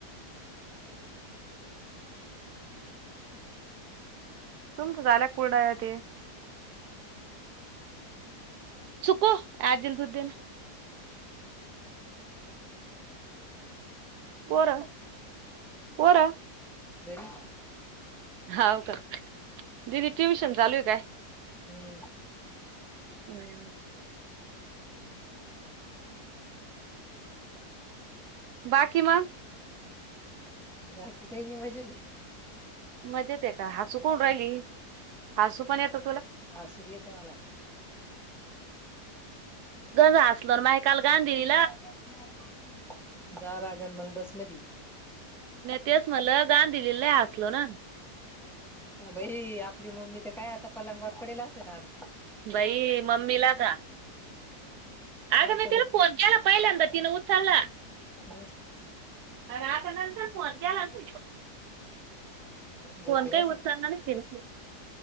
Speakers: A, on the right; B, in the centre.
A: तुमच झाल्या कुडाया ते. सुको आजीला दुध देना पोर पोर
B: बरीई
A: हाव कर दिदी ट्युशन चालू आहे काय?
B: हम्म
A: हूं बाकी म
B: बाकी काही नाही मजेत हे
A: मजेत हे का हसू कोण राहिली हसू पण येतो
B: हासु बी येत मला
A: गंज हसलो न माय काल गांधी ई
B: <unintelligible> जाव लागन मग बस मधी.
A: म्या तेस मनल गांध दिल्लील लई हासलो ना
B: बही आपली मम्मी तर काय आता पलंगावर पडेल असंन आज
A: बई मम्मीला का अग
B: काल
A: मी
B: तर
A: तिला फोन केला पाहिल्यांदा तिनं उ <unintelligible>
B: हूं
A: अ आता नंतर फोन केला नही.
B: झोपेला
A: फोन काही
B: असेल
A: उचलला नाही तिन